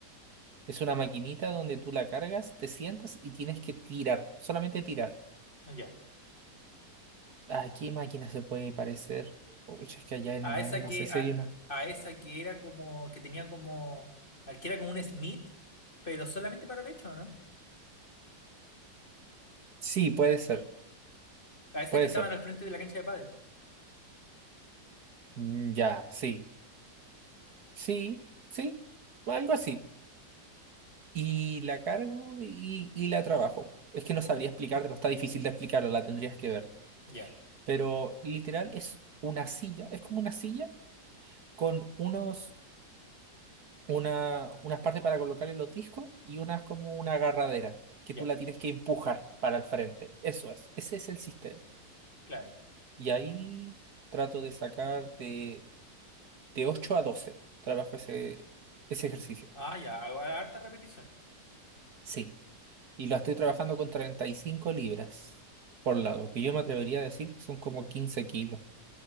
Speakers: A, on the right; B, on the left.
A: Es una maquinita donde tú la cargas, te sientas y tienes que tirar, solamente tirar.
B: Ya.
A: ¿A qué máquina se puede parecer? Uy, es que allá en
B: A
A: el 9
B: esa
A: no
B: que,
A: sé si
B: a,
A: hay una.
B: a esa que era como, que tenía como, al que era como un Smith, pero solamente para pecho, ¿no?
A: Sí, puede ser,
B: A esas
A: puede
B: que estaban
A: ser.
B: al frente de la cancha de pádel.
A: Mm, Ya, sí, sí, sí, o algo así. Y la cargo y, y la trabajo. Es que no sabría explicarte, no está difícil de explicarla, la tendrías que ver.
B: Ya,
A: Pero literal es una silla, es como una silla con unos una, unas partes para colocarle los discos y unas como una agarradera que
B: ya,
A: tú la tienes que empujar para el frente. Eso es, ese es el sistema.
B: claro.
A: Y ahí trato de sacar de, de 8 a 12 trabajo ese, ese ejercicio.
B: Ah, ya, hago hartas repeticiones.
A: Sí, y lo estoy trabajando con 35 libras por lado, que yo me atrevería a decir que son como 15 kilos